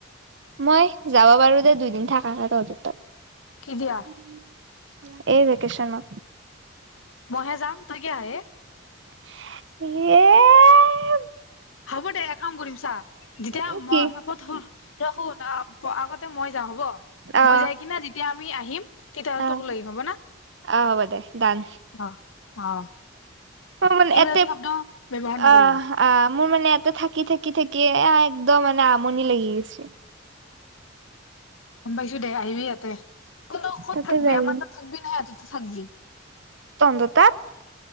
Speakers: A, on the right; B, on the left.
A: মই যাব পাৰো দে দু থাকা কাগজ <unintelligible> উম।
B: কি দিয়া
A: এই ভেকেচন।
B: মইহে যাম তই কিয় আহে।
A: এ!
B: হ'ব দে এক কাম কৰিম চা, যেতিয়া
A: উম কি
B: মই, হ'ব থ তই শুই, আগত মই হ'ব,
A: অ
B: মই যাই কিনা যেতিয়া আমি আহিম। তেতিয়াহ'লে
A: অ
B: তোক লৈ হব না
A: অ হ'ব দে ডান
B: অ অ
A: <unintelligible>
B: ইংৰাজী
A: এতে,
B: শব্দ ব্যৱহাৰ নকৰিবা
A: অ। অ। মোৰ মানে এটা থাকি থাকি থাকি একদম মানে আমনি লাগি গৈছে।
B: গম পাইছো দে আহিবি ইয়াত। কিন্তু ক'ত
A: তাতে
B: থাকবি,
A: যাই
B: আমাৰ
A: কিনে
B: তাত থাকবি নে‌ ইয়াত? থাকবি।
A: সিহঁতৰ তাত?